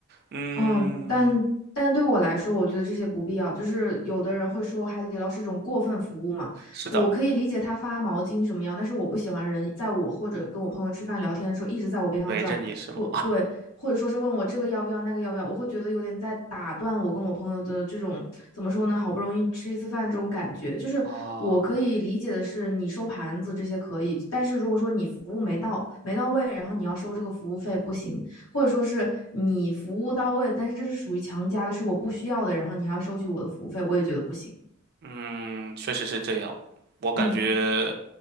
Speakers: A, on the right (about 45°); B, on the left (about 75°).
A: 嗯，
B: 嗯，但但对我来说，我觉得这些不必要。就是有的人会说海底捞是一种过分服务嘛，
A: 是的，
B: 我可以理解他发毛巾什么样，但是我不喜欢人在我或者跟我朋友吃饭聊天的时候一直在我边上转，
A: 围着你是吗？
B: 或对，或者说是问我这个要不要那个要不要，我会觉得有点在打断我跟我朋友的这种怎么说呢，好不容易吃一次饭这种感觉。就是我可以理解的是你收盘子这些可以，
A: 啊，
B: 但是如果说你服务没到没到位，然后你要收这个服务费不行。或者说是你服务到位，但是这是属于强加的，是我不需要的，然后你还要收取我的服务费，我也觉得不行。
A: 嗯，确实是这样。我感觉
B: 嗯，